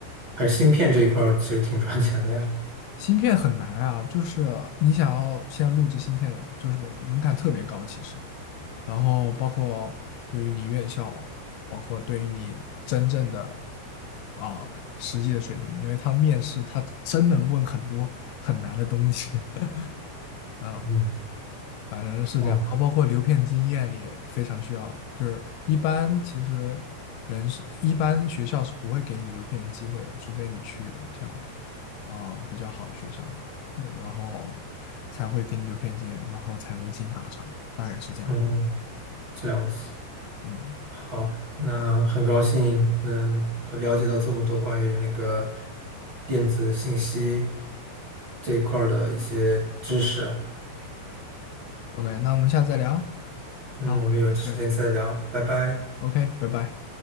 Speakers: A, on the right (about 35°); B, on the left (about 80°).
A: 还是芯片这一块儿其实挺赚钱的呀。
B: 芯片很难啊，就是你想要先在录制芯片，就是门槛特别高，其实。然后包括对于你院校，包括对于你真正的啊、实际的水平，因为他面试他真能问很多很难的东西 <laughs> 啊、
A: 嗯，
B: 反正是这样。
A: 哦，
B: 然后包括留片经验也非常需要，就是一般其实人是一般学校是不会给你留片的机会的，除非你去像啊、比较好的学校，嗯然后才会给你留片经验，然后才能进大厂，大概是这样。
A: 嗯，这样子。
B: 嗯。
A: 好，那很高兴能和了解到这么多关于那个电子信息这一块儿的一些知识。
B: OK，那我们下次再聊啊，
A: 嗯，
B: 刚回我有点事儿
A: 我们有时间再聊，拜拜。
B: OK，拜拜。